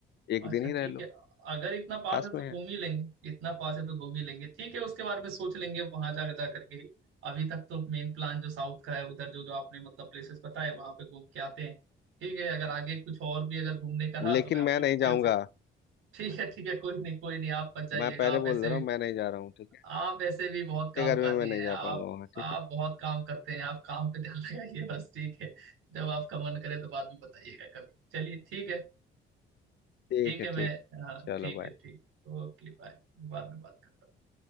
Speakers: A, on the left (about 60°); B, on the right (about 80°).
A: एक
B: अच्छा
A: दिन ही रह
B: ठीक
A: लो
B: है अगर इतना पास
A: पास
B: है तो
A: में
B: घूम
A: है
B: ही लेंगे इतना पास है तो घूम ही लेंगे ठीक है उसके बारे में सोच लेंगे वहां जा जा करके अभी तक तो मेन प्लान जो साउथ का है उधर जो जो आपने मतलब प्लेसेस बताए वहां पे घूम के आते हैं ठीक है अगर आगे कुछ और भी अगर घूमने का रहा
A: लेकिन
B: तो मैं आपको
A: मैं नहीं
B: फिर
A: जाऊंगा
B: से ठीक है ठीक है कोई नहीं कोई नहीं आप मत जाइएगा
A: मैं पहले
B: आप
A: बोल
B: ऐसे
A: दे रहा हूँ मैं नहीं जा रहा हूँ ठीक है
B: आप ऐसे भी बहुत
A: इतने
B: कामकाजी
A: गर्मी में मैं नहीं
B: हैं
A: जा
B: आप
A: पाऊंगा वहां ठीक
B: आप
A: है
B: बहुत काम करते हैं आप काम पे ध्यान लगाइए <laughs> बस ठीक है जब आपका मन करे तो बाद में बताइएगा कभी चलिए ठीक है
A: ठीक
B: ठीक
A: है
B: है मैं
A: ठीक
B: हाँ
A: चलो
B: ठीक
A: बाय
B: है ठीक Okay bye बाद में बात करता हूँ